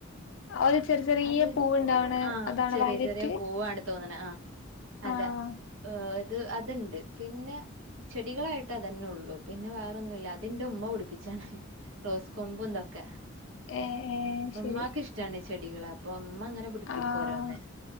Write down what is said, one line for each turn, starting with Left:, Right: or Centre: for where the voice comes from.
Left: ഒരു ചെറി ചെറിയ
Right: അത്
Left: പൂവുണ്ടാവ്ണെ
Right: ആഹ
Left: അതാണ്
Right: ചെറിയ
Left: വയലറ്റ്
Right: ചെറിയ പൂവാണ് തോന്നണ ആ അതെ
Left: ആഹ്
Right: അത് അത്ണ്ട് പിന്നെ ചെടികളായിട്ട് അതന്നെ ഉള്ളൂ പിന്നെ വേ ഒന്നുല്ല അതിന്റെ ഉമ്മ പിടിപ്പിച്ചാണ് റോസ് കൊമ്പുംന്തൊക്കെ
Left: ഏഹ് ഏഹ് ശരി
Right: ഉമ്മാക്ക് ഇഷ്ടാണ് ചെടികൾ അപ്പൊ ഉമ്മ അങ്ങനെ പ്പിക്കരോന്ന്
Left: ആഹ്